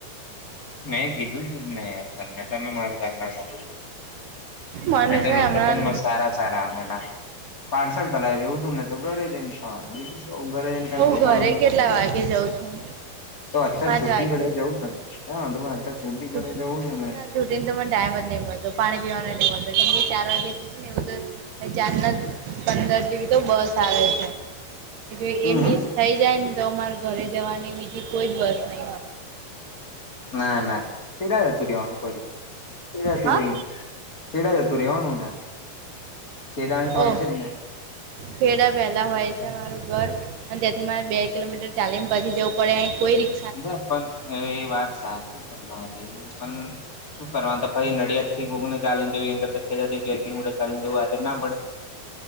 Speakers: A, on the left; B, on the right.
A: મેં કીધું શું છે યાર. મને તમે મારી વાતના તો
B: મને
A: મે
B: છે ને
A: લોકેશન
B: હમણાં
A: મસ્ત સારા સારા આદેના પાર્સલ કરાય લેવું તુંને તો ઘરે જઈ ખાવા ઈજ તો ધરે. ઠંડુ
B: હું
A: ખાવા
B: ઘરે કેટલા
A: થઈ,
B: વાગે જાઉં છું
A: તો અત્યારે
B: પાંચ
A: છુટ્ટી
B: વાગે
A: ઘડે જવું છે ને હા તમાર અત્યાર છુટ્ટી
B: છૂટ
A: ધડે જવું જોઇએ ને
B: ના છૂટીને તો મને ટાઈમ જ નહી મળતો, પાણી પીવાનો નહી મળતો. કેમ કે ચાર વાગે ને એવું તો ચાર ના પંદર જેવી તો બસ આવે છે. જો
A: હમ
B: એ મિસ
A: હમ
B: થઈ જાય ને તો અમારે ઘરે જવાની બીજી કોઈ જ બસ નહી.
A: ના ના કીડા હતું, રેવાનું કર્યું હતું.
B: હા
A: ભાઈ ખેડા જતું રેવાનું ને ખેડાની તો હોય
B: ઓ,
A: છે જ ને
B: ખેડા પહેલા હોય છે મારું ઘર. અ જેથી મારે બે કિલોમીટર ચાલીને પછી જવું પડે કોઈ રી
A: મતલબ પણ એ વાત સા પણ શું કરવા? પછી નડિયાદથી કોક ને. ચાલીને જઈ એના કરતાં ખેડા થી બે કિલો મીટર ચાલીને જઉ એ આગળ ના પડે.